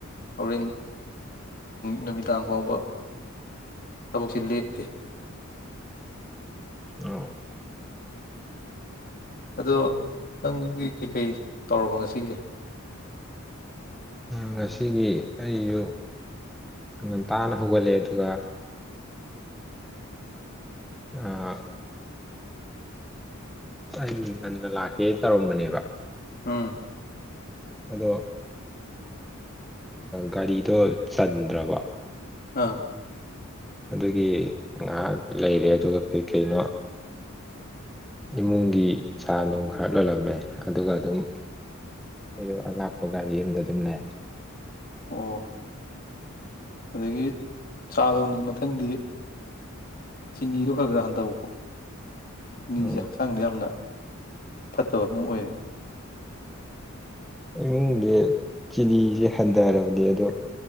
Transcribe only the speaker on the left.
ꯍꯣꯔꯦꯟ ꯅꯨꯃꯤꯗꯥꯡ ꯐꯥꯎꯕ ꯊꯕꯛꯁꯦ ꯂꯦꯞꯇꯦ
ꯑꯗꯣ ꯅꯪꯗꯤ ꯀꯩꯀꯩ ꯇꯧꯔꯝꯕ ꯉꯁꯤꯒꯤ
ꯑꯝ
ꯑꯥ
ꯑꯣ ꯑꯗꯒꯤ ꯆꯥ ꯂꯣꯟꯕꯗ ꯃꯊꯪꯗꯤ ꯆꯤꯅꯤꯗꯣ ꯈꯔ ꯈꯔ ꯍꯟꯗꯧꯀꯣ ꯆꯤꯅꯤꯁꯦ
ꯍꯛꯆꯥꯡꯗ ꯌꯥꯝꯅ ꯐꯠꯇꯕ ꯑꯃ ꯑꯣꯏꯔꯦ